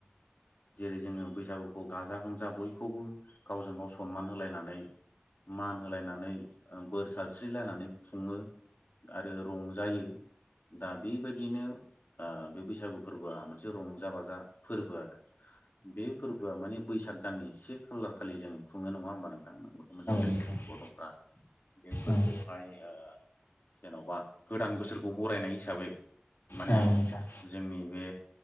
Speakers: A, on the left; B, on the left.
A: जेरै जोङो बैसागुखौ गाजा गोमजा बयखौबो गावजों गाव सनमान होलायनानै मान होलायनानै ओ बोर सारस्रिलायनानै खुङो आरो रंजायो दा बेबायदिनो ओ बे बैसागु फोरबोआ मोनसे रंजा बाजा फोरबो आरो बे फोरबोआ मानि बैसाग दाननि से खालार खालि जों खुङो नङा होमबा नोंथां नोंबोथ' मोनथिखायो।
B: नोंथां
A: बर'फ्रा बे फोरबोआवहाय
B: औ औ
A: ओ जेन'बा गोदान बोसोरखौ बरायनाय हिसाबै माने
B: औ नोंथां
A: जोंनि बे